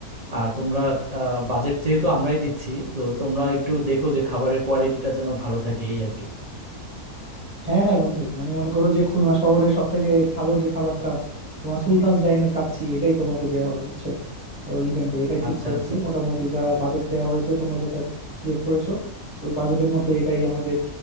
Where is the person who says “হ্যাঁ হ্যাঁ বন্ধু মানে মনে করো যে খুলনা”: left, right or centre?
Centre